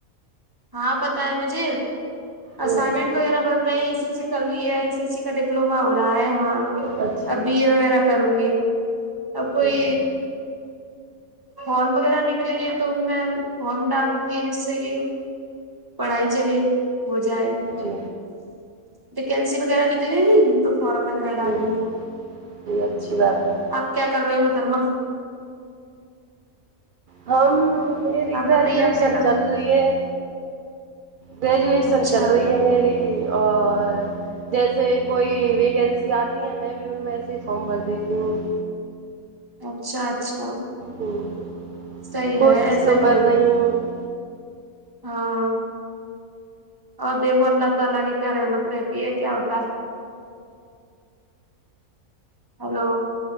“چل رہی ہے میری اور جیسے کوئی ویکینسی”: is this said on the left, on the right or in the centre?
Right